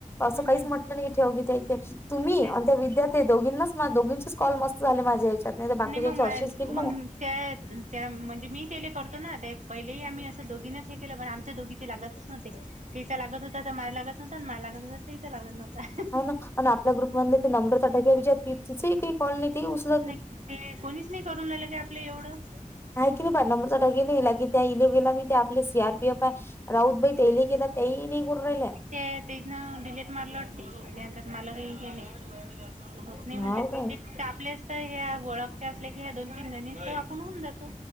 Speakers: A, on the left (about 20°); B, on the right (about 60°).
A: असं
B: हम्म
A: काहीच
B: हम्म
A: म्हटलं नाही ठेव घी ते तुम्ही
B: तेच
A: आणि त्या विद्यार्थ ते दोघींनाच दोघंचेच कॉल मस्त झाले माझ्या या्याच्यात नाही तर बाकीच्या
B: मग
A: या्याचे
B: मा
A: असेच के ना
B: मग त्या त्या म्हणजे मी तेले करतो ना ते पहिलेही आम्ही असं दोघीनच हे केलं पण आमच्या दोघीचे लागत नवते तिच्या लागत होता तर मला लागत नव्हता आणि मला लागत होता तिच्या लागत नव्हता
A: हा ना आणि आपल्या ग्रुप मधले ते नंबर तर टाक ति काही कॉलनी त उचल
B: नाही ते कोणीच नाही करून राहिलं काय आपलं एवढं
A: आहे की नाही प नंबरचााकीे नाहीला की त्या इले गेला मी ते आपले सी आरपीएफ आहे राऊतबाई ते इले केेला ती आई नाही करू राहिल्या
B: ते तन डिलेट मारलं वाटते त्यानंतर मला घेले होत् नाही म्हण
A: हाव काय
B: ते आपल्यास तर ह्या ओळखच्या असल्या की ह्या दोन तीन जणी तो आपण होऊन जातो